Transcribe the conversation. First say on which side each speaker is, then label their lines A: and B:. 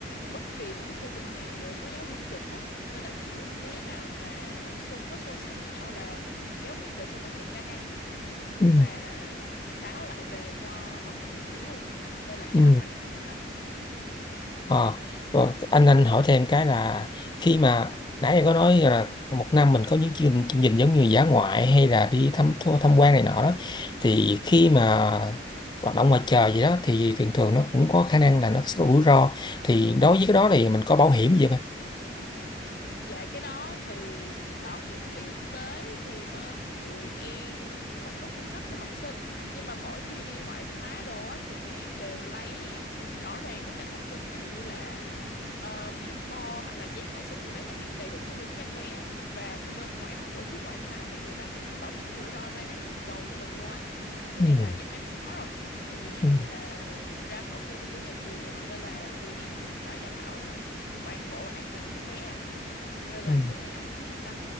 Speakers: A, on the left (about 50°); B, on the left (about 25°).
A: bất kỳ một cái khu vực nào đều có giáo viên trực hết nên là kiểu bé nào mà xô, có xô xát với nhau là giáo viên đều sẽ phát hiện ra ngay
B: Ừ.
A: và báo lại về cho văn phòng hiệu trưởng luôn nên là cái
B: Ừ.
A: đó anh cứ yên tâm
B: Ờ, và anh anh hỏi thêm cái là khi mà nãy em có nói là một năm mình có những chương trình, chương trình giống như dã ngoại hay là đi thăm thua tham quan này nọ đó thì khi mà hoạt động ngoài trời gì đó thì thường thường nó cũng có khả năng là nó sẽ có rủi ro thì đối với cái đó thì mình có bảo hiểm gì không em?
A: Dạ cái đó thì bảo hiểm y tế thì bên tụi em không có cung cấp cho học sinh nhưng mà mỗi khi đi ngoại khóa đồ á thì tụi em đều lấy rõ ràng tất cả thông tin ví dụ như là ờ, passport hoặc là giấy khai sinh của bé chẳng hạn đầy đủ thông tin của các bé và cái bên ngoại tổ chức ngoại khóa thì người ta cũng có bảo hiểm rủi ro tai nạn đồ cho mình luôn anh cái
B: Ừ.
A: này là chắc chắn có rồi tại vì cái
B: Ừ.
A: này là ra khỏi khuôn viên của nhà trường rồi nên là tụi em phải đảm bảo toàn bộ an toàn của các bé ạ nên là
B: Ừ.
A: cái này anh cứ yên tâm.